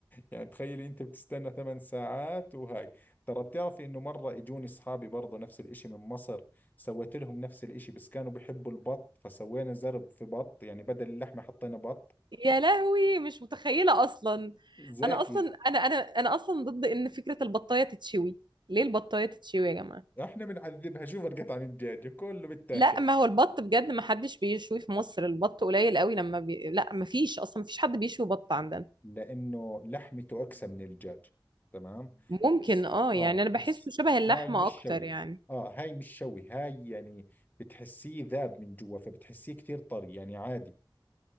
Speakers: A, on the left; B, on the right.
A: يعني تخيلي انت بتستنى ثمان ساعات وهاي ترى بتعرفي انه مرة اجوني اصحابي برضو نفس الاشي من مصر سويت لهم نفس الاشي بس كانوا بيحبوا البط فسوينا زرب في بط يعني بدل اللحمة حطينا بط
B: يا لهوي مش متخيلة أصلا
A: زاكي
B: أنا أصلا أنا أنا أنا أصلا ضد إن فكرة البطاية تتشوي ليه البطاية تتشوي يا جماعة
A: احنا بنعذبها شو فرقت عن الدجاج كله بتاكل
B: لا ما هو البط بجد ما حدش بيشوي في مصر البط قليل قوي لما بي... لا ما فيش أصلا ما فيش حد بيشوي بط عندنا
A: لانه لحمته اقسى من الدجاج تمام
B: ممكن
A: بس
B: اه يعني
A: اه
B: أنا بحسه
A: بس
B: شبه اللحمة
A: هاي مش
B: أكتر
A: شوي
B: يعني
A: اه هاي مش شوي هاي يعني بتحسيه ذاب من جوا فبتحسيه كثير طري يعني عادي